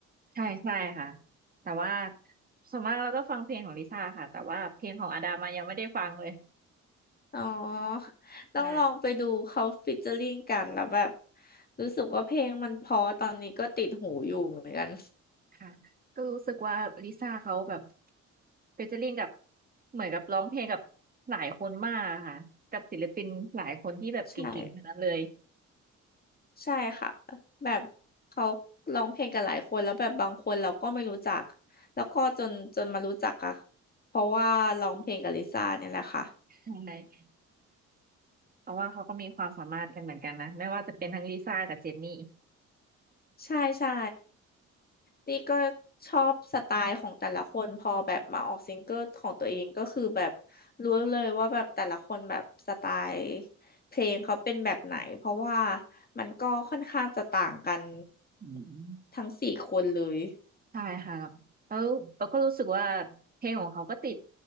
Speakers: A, on the right; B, on the left.
A: ใช่ใช่ค่ะแต่ว่าส่วนมากเราก็ฟังเพลงของลิซ่าค่ะแต่ว่าเพลงของอาดามายังไม่ได้ฟังเลย
B: อ๋อต้องลองไปดูเขาฟิชเจอริงกันแล้วแบบ
A: ใช่
B: รู้สึกว่าเพลงมันเพอตอนนี้ก็ติดหูอยู่เหมือนกัน
A: ค่ะก็รู้สึกว่าลิซ่าเขาแบบเฟเจอริ่งกับเหมือนกับร้องเพลงกับหลายคนมากค่ะกับศิลปินหลายคนที่แบบเก่งๆทั้งนั้นเลย
B: ใช่ ใช่ค่ะแบบเขาร้องเพลงกันหลายคนแล้วแบบบางคนเราก็ไม่รู้จักแล้วก็จนจนมารู้จักอะเพราะว่าร้องเพลงกับลิซ่าเนี่ยแหละค่ะ
A: ใช่เพราะว่าเขาก็มีความสามารถกันเหมือนกันนะไม่ว่าจะเป็นทั้งลิซ่ากับเจนนี่
B: ใช่ใช่นี่ก็ชอบสไตล์ของแต่ละคนพอแบบมาออกซิงเกิลของตัวเองก็คือแบบรู้เลยว่าแบบแต่ละคนแบบสไตล์เพลงเขาเป็นแบบไหนเพราะว่ามันก็ค่อนข้างจะต่างกัน
A: อืม
B: ทั้งสี่คนเลย
A: ใช่ค่ะแล้วแล้วเราก็รู้สึกว่าเพลงของเขาก็ติด